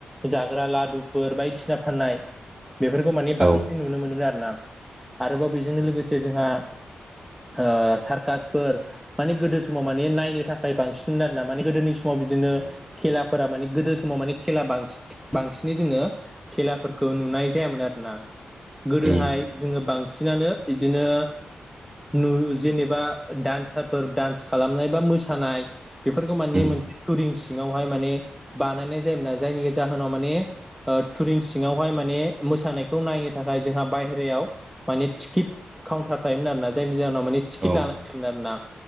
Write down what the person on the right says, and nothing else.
औ
औ
उम
उम
औ